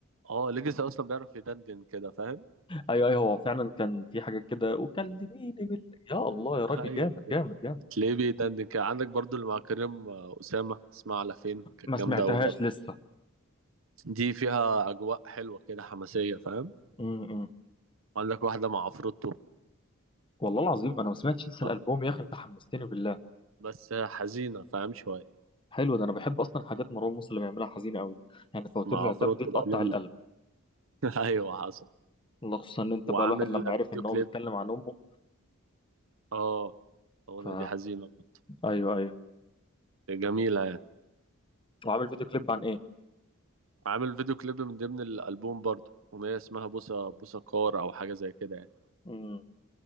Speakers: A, on the right; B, on the left.
A: اه ليجاسي اصلا بيعرف يدندن كده فاهم
B: ايوه ايوه هو فعلا كان في حاجات كده وكلميني بالليل يا الله يا راجل
A: ايوه
B: جامد جامد جامد
A: تلاقيه بيدندن كده عندك برضو اللي مع كريم آه، اسامه اسمها على فين كانت
B: ما سمعتهاش
A: جامده قوي برضه
B: لسه
A: دي فيها اجواء حلوه كده حماسيه فاهم
B: م -م.
A: وقال لك واحدة مع عفروتو
B: والله العظيم انا ما سمعتش لسه
A: اه
B: الالبوم يا اخي انت حمستني بالله
A: بس حزينة فاهم شوية
B: حلو ده انا بحب اصلا حاجات مروان موسى اللي بيعملها حزينه قوي يعني فواتير
A: مع
B: العتاب
A: عفروتو
B: دي تقطع
A: بقى جامدة
B: القلب
A: <laughs> ايوه حصل
B: والله خصوصا ان انت
A: وعامل
B: بقى الواحد لما عرف
A: فيديو
B: ان
A: كليب
B: هو بيتكلم عن امه
A: اه الاغنية
B: ف
A: دي حزينة برضه
B: ايوه ايوه
A: جميلة يعني
B: وعامل فيديو كليب عن ايه
A: عامل فيديو كليب من ضمن الألبوم برضه أغنية اسمها بوسة بوسة كار أو حاجة زي كده يعني
B: امم